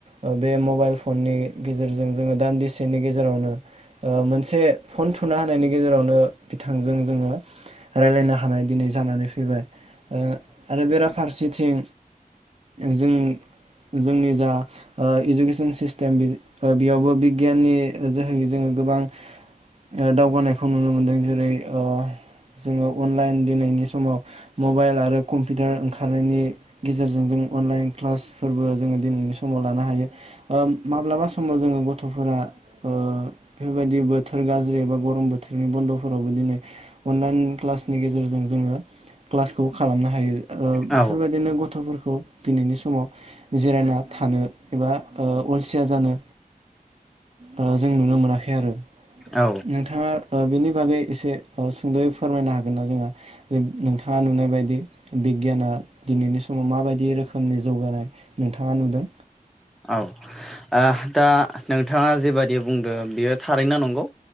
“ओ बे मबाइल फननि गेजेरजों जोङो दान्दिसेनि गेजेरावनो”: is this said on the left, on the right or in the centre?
Right